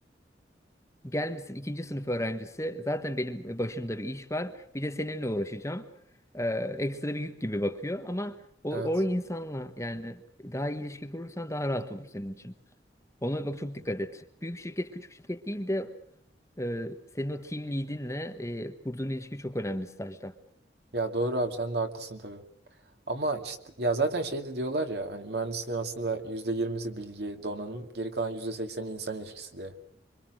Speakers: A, on the left; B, on the right.
A: Gelmişsin ikinci sınıf öğrencisi. Zaten benim e, başımda bir iş var. Bir de seninle uğraşacağım. Ee, ekstra bir yük gibi bakıyor. Ama o,
B: Evet.
A: o insanla yani daha iyi ilişki kurursan daha rahat olur senin için. Ona bak çok dikkat et. Büyük şirket küçük şirket değil de e, senin o team lead'inle e, kurduğun ilişki çok önemli stajda.
B: Ya doğru abi sen de haklısın tabii. Ama işte ya zaten şey de diyorlar ya hani mühendisliğin aslında yüzde yirmisi bilgi, donanım, geri kalan yüzde sekseni insan ilişkisi diye.